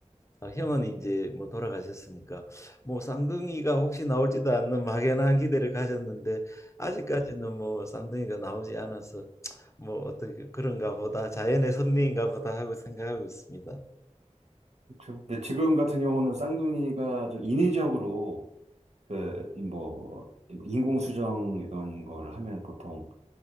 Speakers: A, on the left; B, on the right.
A: 아, 형은 이제 뭐 돌아가셨으니까 뭐 쌍둥이가 혹시 나올지도 않는 막연한 기대를 가졌는데 아직까지는 뭐 쌍둥이가 나오지 않아서 뭐 어떻게 그런가 보다 자연의 섭리인가 보다 하고 생각하고 있습니다.
B: 그렇죠. 근데 지금 같은 경우는 쌍둥이가 좀 인위적으로 그뭐 인공수정 이런 걸 하면 보통